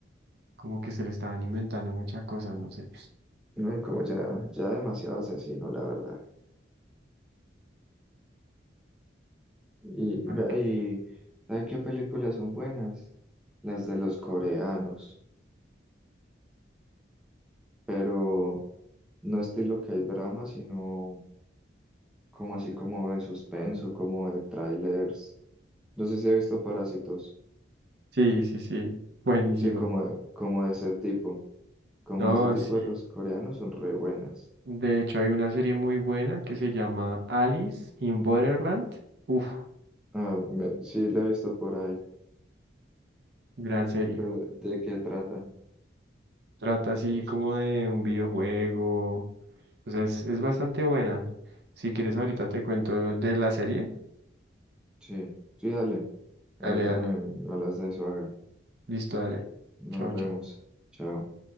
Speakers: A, on the right; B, in the centre.
A: como que se le estaban inventando muchas cosas, no sé.
B: no, y como ya, ya demasiado asesino, la verdad. Y,
A: ¿para
B: ve-
A: qué?
B: y ¿sabes qué películas son buenas? Las de los coreanos, pero no estilo que hay drama, sino como así como de suspenso, como de trailers. No sé si he visto Parásitos.
A: Sí, sí, sí, buenísima.
B: Sí, como, de- como de ese tipo. Como
A: No,
B: ese tipo
A: sí.
B: de los coreanos son re buenas.
A: De hecho, hay una serie muy buena que se llama Alice in Borderland. Uf,
B: Ah, me- sí, la he visto por ahí.
A: gran serie.
B: Pero ¿de qué trata?
A: Trata así como de un videojuego. O sea, es, es bastante buena. Si quieres, ahorita te cuento de la serie.
B: Sí, sí, dale.
A: Dale,
B: Ahorita
A: dale.
B: me hablas de eso, hágale.
A: Listo, dale.
B: Nos
A: Chao,
B: vemos.
A: chao.
B: Chao.